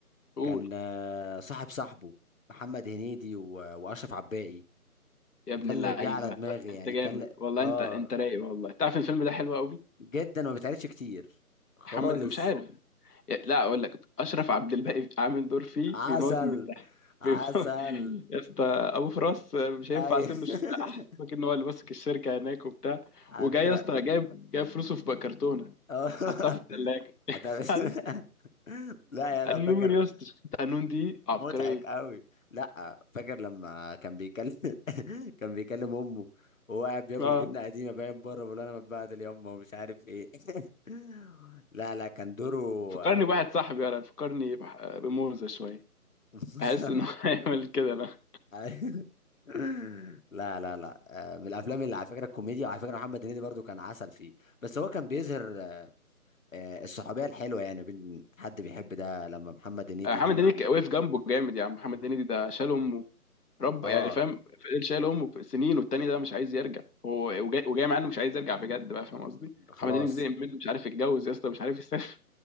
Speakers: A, on the left; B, on the left.
A: قول
B: كان آه، صاحب صاحبه محمد هنيدي و... واشرف عباقي
A: يا ابن
B: ده
A: اللعيبه
B: اللي جه على دماغي يعني
A: انت جامد
B: كان ل-
A: والله
B: اه
A: انت انت رايق والله تعرف الفيلم ده حلو قوي
B: جدا وما بيتعرفش كتير خالص
A: محمد مش عارف لا اقول لك اشرف عبد الباقي عامل دور فيه
B: عسل
A: بيموت من الضحك
B: عسل
A: بيموت <laughs> يا اسطى ابو فراس مش هينفع
B: اي
A: اسيب له الشغل احسن
B: <laughs>
A: ان هو اللي ماسك الشركه هناك وبتاع
B: على
A: وجاي
B: فكرة
A: يا اسطى جايب جايب فلوسه في بقى كرتونه
B: اه
A: حطها في الثلاجه
B: <laughs> ده بس- <laughs>
A: <laughs>
B: لا يا لا
A: النون
B: فاكر
A: يا اسطى شفت النون دي عبقريه
B: مضحك قوي لا فاكر لما كان بيكلم <laughs> كان بيكلم امه وهو قاعد بياكل
A: اه
B: جبنه قديمه باين بره بيقول له انا متبهدل يا امه ومش عارف ايه <laughs> لا لا كان دوره
A: فكرني بواحد صاحبي انا فكرني بح- بموزه شويه
B: <laughs>
A: بحس انه <laughs> هيعمل كده لا
B: أيوة. <laughs> لا لا لا آه، من الافلام اللي على فكره الكوميديا وعلى فكره محمد هنيدي برضو كان عسل فيه بس هو كان بيظهر آه، آه، الصحوبيه الحلوه يعني بين حد بيحب ده لما محمد هنيدي
A: محمد
B: لما
A: هنيدي وقف جنبه جامد يا عم محمد هنيدي ده شال امه رب
B: اه
A: يعني فاهم فضل شايل امه سنين والتاني ده مش عايز يرجع هو وجاي, وجاي مع انه مش عايز يرجع بجد بقى فاهم قصدي
B: خلاص
A: محمد هنيدي زهق منه مش عارف يتجوز يا اسطى مش عارف يسافر